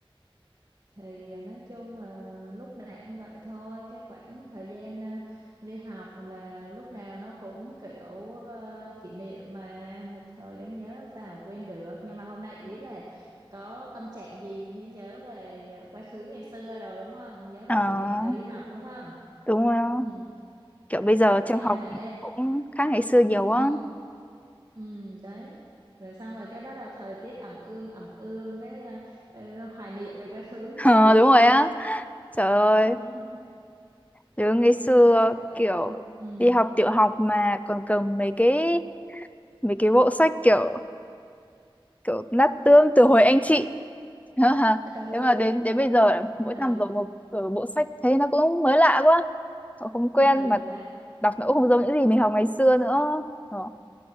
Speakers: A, on the right; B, on the left.
A: thì à, nói chung là lúc nào cũng vậy thôi cái khoảng thời gian à, đi học là lúc nào nó cũng kiểu à, kỷ niệm mà một thời đáng nhớ làm sao quên được nhưng mà hôm nay ý là có tâm trạng gì mới nhớ về à, quá khứ ngày xưa rồi đúng không nhớ về
B: à,
A: kỷ niệm thời đi học đúng không
B: đúng rồi á.
A: <laughs> ừ,
B: kiểu bây giờ
A: biết
B: trường
A: ngay
B: học
A: mà ê
B: cũng khác ngày xưa nhiều
A: ừ
B: quá
A: ừ đấy rồi xong rồi cái bắt đầu thời tiết ẩm ương ẩm ương cái à, ờ, hoài niệm về quá khứ
B: <laughs>
A: chứ
B: Ờ,
A: gì
B: đúng rồi á trời ơi
A: <laughs>
B: nhớ ngày xưa
A: đấy bởi
B: kiểu
A: vậy ừ
B: đi học tiểu học mà còn cầm mấy cái mấy cái bộ sách kiểu kiểu nát tương từ hồi anh chị <laughs>
A: ừ
B: thế mà đến đến bây giờ là mỗi
A: ừ,
B: năm rồi một rồi bộ sách thấy nó cũng mới lạ quá họ không quen
A: ừ.
B: mà
A: Đấy
B: đọc nó cũng không giống những gì mình học ngày xưa nữa ờ